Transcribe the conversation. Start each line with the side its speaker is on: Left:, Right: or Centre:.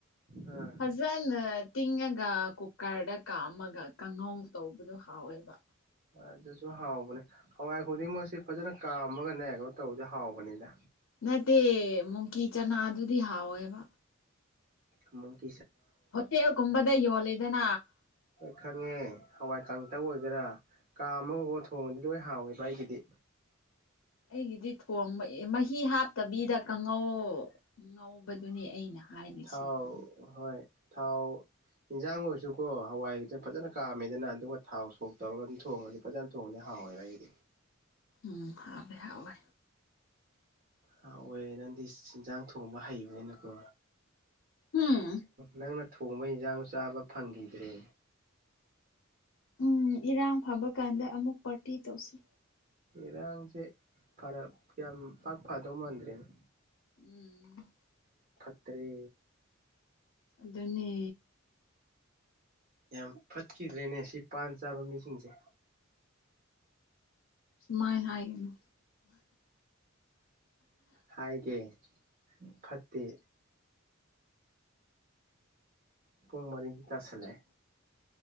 Right: ꯑꯥ
Left: ꯐꯖꯅ ꯇꯤꯡꯉꯒ ꯀꯨꯀꯔꯗ ꯀꯥꯝꯃꯒ ꯀꯥꯡꯉꯧ ꯇꯧꯕꯗꯣ ꯍꯥꯎꯋꯦꯕ
Right: ꯑꯗꯨꯁꯨ ꯍꯥꯎꯕꯅꯦ ꯍꯋꯥꯏ ꯈꯨꯗꯤꯡꯃꯛꯁꯦ ꯐꯖꯅ ꯀꯥꯝꯃꯒꯅꯦ ꯀꯩꯅꯣ ꯇꯧꯕꯗꯤꯦ ꯍꯥꯎꯕꯅꯤꯗ
Left: ꯅꯠꯇꯦ ꯃꯨꯡꯀꯤ ꯆꯅꯥ ꯗꯨꯗꯤ ꯍꯥꯎꯋꯦꯕ
Right: ꯎ <unintelligible>
Left: ꯍꯠꯇꯦ ꯀꯝꯕꯗ ꯏ ꯋꯥꯂꯗꯅꯥ
Right: ꯂꯣꯏ ꯈꯪꯉꯦ ꯍꯋꯥꯏ ꯀꯥꯡꯇ ꯑꯣꯏꯒꯦꯔꯥ ꯀꯥ ꯑꯃꯒꯀ ꯊꯣꯡꯕꯗꯤ ꯂꯣꯏ ꯍꯥꯎꯋꯦꯕ ꯑꯩꯒꯤꯗꯤ
Left: ꯑꯩꯒ ꯏ ꯏꯠ ꯀꯣꯝꯕ ꯑꯦ ꯃꯍꯤ ꯍꯥꯞꯇꯕꯤꯗ ꯀꯥꯡꯉꯧ ꯉꯥꯎꯧꯕꯗꯨꯅꯤ ꯑꯩꯅ ꯍꯥꯏꯔꯤꯁꯦ
Right: ꯊꯥꯎ
Left: ꯑꯗꯨ
Right: ꯍꯣꯏ ꯊꯥꯎ ꯌꯦꯟꯖꯥꯡ ꯑꯣꯏꯔꯁꯨꯀꯣ ꯍꯋꯥꯏꯗꯅ ꯐꯖꯅ ꯀꯥꯝꯃꯦꯗꯅ ꯑꯗꯨꯒ ꯊꯥꯎ ꯁꯣꯛ ꯇꯧꯔꯒ ꯑꯗꯨꯝ ꯊꯣꯡꯉꯗꯤ ꯐꯖꯅ ꯊꯣꯡꯉꯗꯤ ꯍꯥꯎꯋꯦꯕ ꯑꯩꯗꯤ
Left: ꯎꯝ ꯍꯥꯏꯕꯦ ꯍꯦ
Right: ꯍꯋꯦ ꯅꯪꯗꯤ ꯏꯟꯖꯥꯡ ꯊꯣꯡꯕ ꯍꯩꯕꯅꯤꯅꯀꯣ
Left: ꯎꯝ
Right: ꯂꯪꯅ ꯊꯣꯡꯕ ꯏꯟꯁꯥꯡ ꯆꯥꯕ ꯐꯪꯈꯤꯗ꯭ꯔꯦ
Left: ꯎꯝ ꯏꯔꯥꯡ ꯐꯕ ꯀꯥꯟꯗ ꯑꯃꯨꯛ ꯄꯥꯔꯇꯤ ꯇꯧꯁꯤ
Right: ꯏꯔꯥꯡꯁꯦ ꯐꯔ ꯌꯥꯝ ꯄꯥꯛ ꯐꯗꯧ ꯃꯥꯟꯗ꯭ꯔꯦꯅꯦ
Left: ꯎꯝ
Right: ꯇꯔꯦ
Left: ꯑꯗꯨꯅꯤ
Right: ꯌꯥꯝ ꯐꯠꯈꯤꯗ꯭ꯔꯦꯅꯦ ꯁꯤ ꯄꯥꯟ ꯆꯥꯕ ꯃꯤꯁꯤꯡꯁꯦ
Left: ꯃꯥꯏ ꯍꯥꯏ ꯀꯅꯣ
Right: ꯍꯥꯏ ꯀꯦ ꯐꯠꯇ ꯄꯨꯡ ꯃꯔꯤꯗꯤ ꯇꯥꯁꯜꯂꯑꯦ